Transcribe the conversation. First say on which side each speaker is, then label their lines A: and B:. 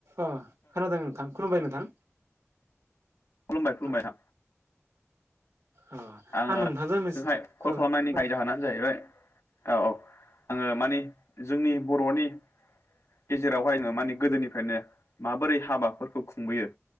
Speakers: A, on the right; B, on the left.
A: अ खोनादों नोंथां खलुमबाय नोंथां।
B: खुलुमबाय खुलुमबाय
A: औ
B: थां।
A: अ
B: आङो
A: आं नोंथांजों
B: <unintelligible>
A: मोनसे
B: हाय कल
A: औ
B: खालामनायनि
A: औ
B: थाय जाहोनानो जाहैबाय औ आङो मानिे जोंनि बर'नि गेजेरावहायनो माने गोदोनिफ्रायनो माबोरै हाबाफोरखौ खुंबोयो